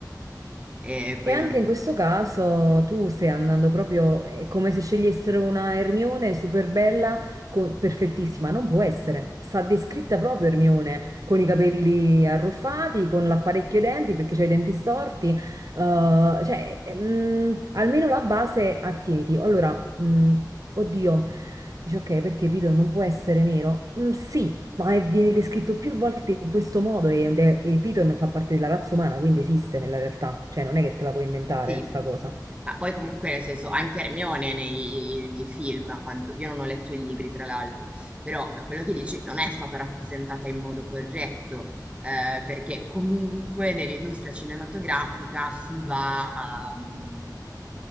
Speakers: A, on the right; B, on the right.
A: e poi
B: E anche
A: non...
B: in questo caso tu stai andando proprio, è come se scegliessero una Hermione super bella, con- perfettissima, non può essere. Sta descritta proprio Hermione, con i capelli arruffati, con l'apparecchio ai denti perché c'ha i denti storti, eh, cioè, mm, almeno la base attieniti. Allora, mm, oddio, dice ok, perché Piton non può essere nero? Mm, sì, ma è- viene descritto più volte in questo modo e, ed è- e Piton fa parte della razza umana, quindi esiste nella realtà, cioè non è che te la puoi inventare
A: Sì.
B: sta cosa.
A: Ma poi comunque nel senso anche Hermione nei, nei film, a quanto, io non ho letto i libri tra l'altro, però da quello che dici non è stata rappresentata in modo corretto, eh, perché comunque nell'industria cinematografica si va a, mm,